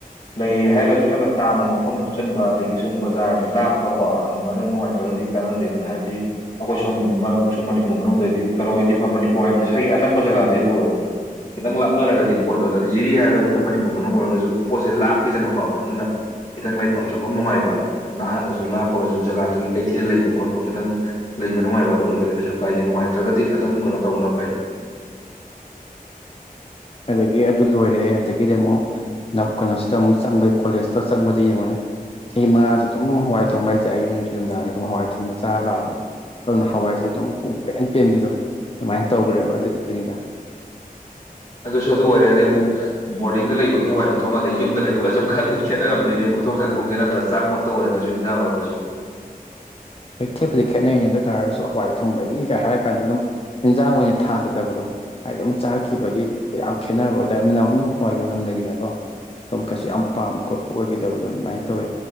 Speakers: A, on the left; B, on the left.
A: ꯂꯩꯌꯦ ꯍꯥꯏꯔꯒꯁꯨ ꯌꯥꯝꯅ ꯇꯥꯝꯕ ꯃꯐꯝ ꯍꯥꯞꯆꯤꯟꯕ ꯑꯗꯒꯤ ꯁꯨꯝ ꯕꯖꯥꯔ ꯂꯥꯞꯄꯀꯣ ꯑꯗꯨꯃꯥꯏꯅ ꯅꯨꯡꯉꯥꯏꯇ꯭ꯔꯒꯗꯤ ꯀꯥꯟꯅꯗꯦꯗꯅ ꯍꯥꯏꯕꯗꯤ ꯑꯩꯈꯣꯏ ꯁꫭꯝ ꯃꯅꯨꯡ ꯁꯨꯝ ꯃꯅꯤꯄꯨꯔ ꯃꯅꯨꯡꯗꯗꯤ ꯀꯩꯅꯣ ꯑꯣꯏꯗꯤ ꯐ ꯃꯅꯤꯄꯨꯔ ꯍꯥꯏꯕꯗꯤ ꯁꯥꯏꯒꯤ ꯑꯅꯛꯄ ꯖꯒꯥꯗꯗꯤ ꯐꯕ ꯈꯤꯇꯪ ꯂꯥꯞꯅꯔꯒꯗꯤ ꯄꯣꯠꯇꯣ ꯑꯗꯨꯗꯤ ꯖꯤꯔꯤ ꯍꯥꯏꯔꯒꯁꯨ ꯑꯩꯈꯣꯏ ꯃꯅꯤꯄꯨꯔ ꯃꯅꯨꯡ ꯑꯣꯏꯔꯒꯁꯨ ꯄꯣꯠꯁꯦ ꯂꯥꯞꯄꯤꯗꯅꯀꯣ ꯑꯗꯨꯅ ꯈꯤꯇꯪ ꯂꯩꯐꯝ ꯆꯥꯐꯝ ꯅꯨꯡꯉꯥꯏꯕ ꯅꯛꯑꯒꯁꯨ ꯂꯥꯞꯄꯒꯁꯨ ꯖꯒꯥꯗꯨꯒꯤ ꯀꯩꯊꯦꯜ ꯂꯩꯕ ꯈꯣꯠꯄ ꯈꯤꯇꯪ ꯂꯩꯕ ꯅꯨꯡꯉꯥꯏꯕ ꯑꯗꯨ ꯑꯣꯏꯔꯒꯗꯤ ꯀꯩꯁꯨ ꯀꯥꯏꯗꯦ ꯅꯨꯡꯉꯥꯏꯇ꯭ꯔꯒꯗꯤ ꯑꯗꯨꯝ ꯀꯩꯅꯣ ꯇꯧꯕꯅ ꯐꯩ
B: ꯑꯗꯒꯤ ꯑꯗꯨ ꯂꯣꯏꯔꯦ ꯑꯗꯒꯤꯗꯤ ꯑꯃꯨꯛ ꯅ ꯀꯩꯅꯣꯁꯤꯗ ꯑꯃꯨꯛ ꯆꯪꯕ ꯀꯣꯂꯦꯖꯇ ꯆꯪꯕꯗ ꯌꯦꯡꯉꯨꯅꯦ ꯆꯍꯤ ꯃꯉꯥꯁꯦ ꯑꯗꯨꯝ ꯍꯋꯥꯏ ꯊꯣꯡꯕ ꯍꯥꯏꯁꯦ ꯑꯌꯨꯛ ꯅꯤꯡꯊꯤ ꯅꯨꯡꯗꯥꯡꯁꯦ ꯑꯗꯨꯝ ꯍꯋꯥꯏ ꯊꯣꯡꯕ ꯆꯥꯔ ꯂꯥꯛꯑꯕꯅꯤ ꯑꯗꯨꯅ ꯍꯋꯥꯏꯁꯦ ꯑꯗꯨꯝ ꯄꯨꯡ ꯄꯦꯟ ꯄꯦꯟꯕꯤꯗꯣ ꯑꯗꯨꯃꯥꯏꯅ ꯇꯧꯈ꯭ꯔꯦꯕ
A: ꯎꯝ
B: ꯑꯗꯨꯗꯨꯒꯤꯅꯤꯗ
A: ꯁꯨ ꯑꯗꯨ ꯑꯣꯏꯔꯦ ꯑꯗꯩ ꯑꯃꯨꯛ ꯕꯣꯔꯗꯤꯡꯗ ꯂꯩꯕꯒꯤ ꯍꯋꯥꯏ ꯈꯨꯊꯣꯡꯒ ꯑꯗꯩ ꯌꯨꯝꯗ ꯂꯩꯕꯒꯁꯨꯨꯝ ꯈꯔꯗꯤ ꯑꯗꯨꯝ ꯈꯦꯠꯅꯔꯝꯗꯣꯏꯅꯦꯕ ꯈꯨꯊꯣꯡ ꯆꯥꯛꯊꯣꯡꯁꯦ ꯅꯠꯇ꯭ꯔ ꯆꯥꯛꯃꯛꯇ ꯑꯣꯏꯔꯒꯁꯨ ꯏꯟꯁꯥꯡ ꯑꯣꯏꯔꯒꯁꯨ
B: ꯍꯣꯏ ꯈꯦꯠꯄꯗꯤ ꯈꯦꯠꯅꯔꯤꯅꯦ ꯑꯗꯨ ꯑꯣꯏ ꯇꯥꯔꯒꯁꯨ ꯍꯋꯥꯏ ꯊꯣꯡꯕꯅꯤꯒ ꯍꯥꯏꯔ ꯀꯥꯟꯗ ꯑꯗꯨꯝ ꯌꯦꯟꯖꯥꯡ ꯑꯣꯏꯅ ꯊꯥꯈꯤꯗꯕꯗꯣ ꯍꯥꯏꯗꯤ ꯑꯗꯨꯝ ꯆꯥꯔꯛꯈꯤꯕꯒꯤ ꯌꯥꯝ ꯈꯦꯠꯅꯕ ꯑꯣꯏꯇꯥꯔꯦ ꯃꯅꯝ ꯑꯃꯝ ꯗꯨꯝ ꯍꯋꯥꯏꯒꯤ ꯃꯅꯝ ꯂꯩꯈꯤꯗꯅꯀꯣ ꯇꯝ ꯀꯩꯁꯨ
A: ꯎꯝ
B: ꯌꯥꯝ ꯄꯥꯝ ꯈꯣꯠꯄ ꯑꯣꯏꯒꯗꯕꯗꯣ ꯑꯗꯨꯃꯥꯏꯅ ꯇꯧꯋꯦ